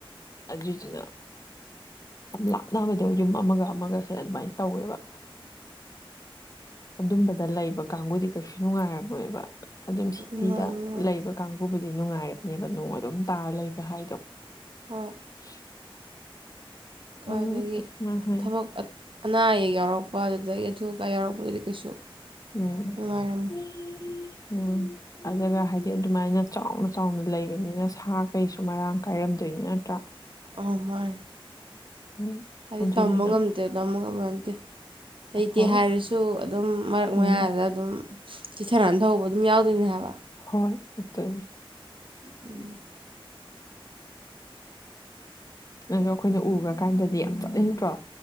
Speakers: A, on the left; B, on the right.
A: ꯑꯗꯨꯢꯖꯤꯅ ꯌꯥꯝ ꯂꯥꯞꯅꯕꯗꯣ ꯌꯨꯝ ꯑꯃꯒ ꯑꯃꯒꯁꯦ ꯑꯗꯨꯃꯥꯏꯅ ꯇꯧꯋꯦꯕ ꯑꯗꯨꯝꯕꯗ ꯂꯩꯕ ꯀꯥꯡꯕꯨꯗꯤ ꯀꯩꯁꯨ ꯅꯨꯡꯉꯥꯏꯔꯝꯃꯣꯏꯕ ꯑꯗꯨꯝ ꯁꯤꯇꯤꯗ
B: ꯅꯨꯡꯉꯥꯏ ꯅꯨꯡꯉꯥꯏ
A: ꯂꯩꯕ ꯀꯥꯡꯕꯨꯕꯨꯗꯤ ꯅꯨꯡꯉꯥꯏꯔꯝꯕꯅꯦꯕ ꯅꯣꯡ ꯑꯗꯨꯝ ꯇꯥꯔ ꯂꯩꯒ ꯍꯥꯏꯗꯣ
B: ꯍꯣꯏ
A: <unintelligible>
B: ꯀꯥꯢꯗꯒꯤ
A: ꯎꯝ ꯃꯥ ꯍꯥꯏ
B: ꯊꯕꯛ ꯑꯅꯥ ꯑꯌꯦꯛ ꯌꯥꯎꯔꯛꯄ ꯑꯗꯨꯗꯒꯤ ꯑꯊꯨ ꯑꯀꯥꯏ ꯌꯥꯎꯔꯛꯄꯗꯗꯤ ꯀꯩꯁꯨ
A: ꯎꯝ
B: ꯅꯨꯡꯉꯥꯏꯔꯝꯃꯣꯏ
A: ꯎꯝ <unintelligible> ꯑꯗꯨꯒ ꯍꯥꯏꯗꯤ ꯑꯗꯨꯃꯥꯏꯅ ꯆꯥꯎꯅ ꯆꯥꯎꯅ ꯂꯩꯕꯅꯤꯅ ꯁꯥ ꯀꯩꯁꯨ ꯃꯔꯥꯡ ꯀꯥꯏꯔꯝꯗꯣꯏꯅꯤ ꯅꯠꯇ꯭ꯔꯥ
B: ꯑꯥꯎ ꯃꯥꯟꯅꯦ
A: ꯎꯝ
B: ꯍꯥꯏꯗꯤ
A: ꯑꯗꯨꯏꯗꯨꯅ
B: ꯇꯝꯕ ꯉꯝꯗꯦꯗ ꯇꯝꯕ ꯉꯝꯕ ꯅꯠꯇꯦ ꯂꯩꯇꯦ
A: ꯍꯣꯏ
B: ꯍꯥꯏꯔꯁꯨ ꯑꯗꯨꯝ ꯃꯔꯛ
A: ꯎꯝ
B: ꯃꯌꯥꯗ ꯑꯗꯨꯝ ꯆꯤꯊ ꯅꯟꯊꯍꯧꯕ ꯑꯗꯨꯝ ꯌꯥꯎꯗꯣꯏꯅꯦ ꯍꯥꯏꯕ
A: ꯍꯣꯏ ꯐꯇꯨꯅꯦ
B: <inaudible>
A: ꯑꯗꯣ ꯑꯩꯈꯣꯏꯅ ꯎꯒ꯭ꯔꯀꯥꯟꯗꯗꯤ ꯌꯥꯝ ꯆꯠꯅꯤꯡꯗ꯭ꯔꯣ